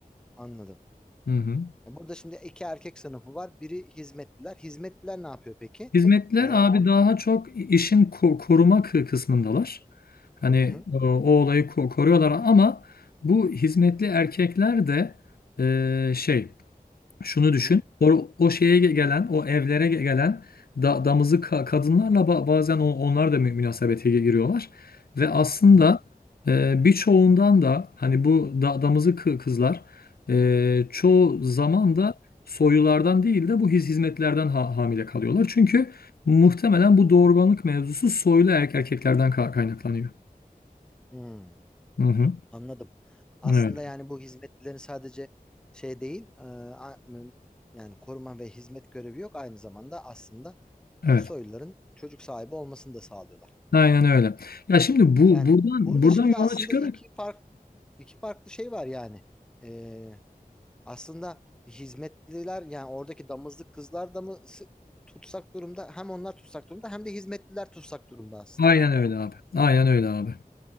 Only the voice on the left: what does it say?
Hı hı.
Hizmetler
abi daha çok işin ko- koruma kı- kısmındalar. Hani
o, o olayı ko- koruyorlar ama bu hizmetli erkekler de e, şey Şunu düşün.
O, o şeye gelen, o evlere gelen da, damızı ka- kadınlarla ba- bazen on- onlar da mü- münasebete gi- giriyorlar. Ve aslında
e, birçoğundan da hani bu da, damızı kı- kızlar e, çoğu zaman da soylulardan değil de bu hiz- hizmetlerden ha- hamile kalıyorlar. Çünkü muhtemelen bu doğurganlık mevzusu soylu er- erkeklerden ka- kaynaklanıyor.
Hı hı.
Evet.
Evet.
Aynen öyle. Ya şimdi bu
buradan
buradan
yola
çıkarak
Aynen
öyle abi. Aynen öyle abi.